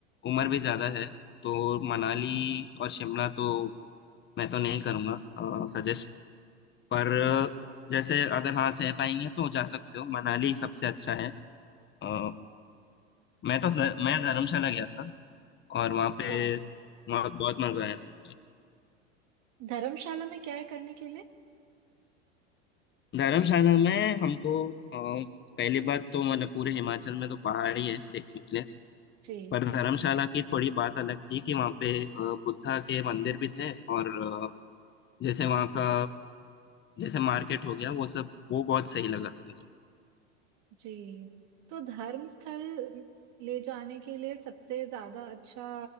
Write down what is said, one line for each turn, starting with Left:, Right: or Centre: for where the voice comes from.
Left: उम्र भी ज्यादा है तो मनाली और शिमला तो मैं तो नहीं करूँगा सजेस्ट पर अ, जैसे अगर हाँ सह पाएंगे तो जा सकते हो मनाली सबसे अच्छा है अ, मैं तो मैं धर्मशाला गया था और वहाँ
Right: अच्छा
Left: पे वहाँ बहुत मजा आया था मुझे
Right: धर्मशाला में क्या है करने के लिए
Left: धर्मशाला में हमको अ, पहली बात तो मतलब पूरे हिमाचल में तो पहाड़ ही है देखने के लिए
Right: जी
Left: पर धर्मशाला की थोड़ी बात अलग थी कि वहाँ पे अ, बुद्धा के मंदिर भी थे और अ, जैसे वहाँ का जैसे मार्केट हो गया वो सब वो बहुत सही लगा था मुझे
Right: जी तो धर्म स्थल ले जाने के लिए सबसे ज्यादा अच्छा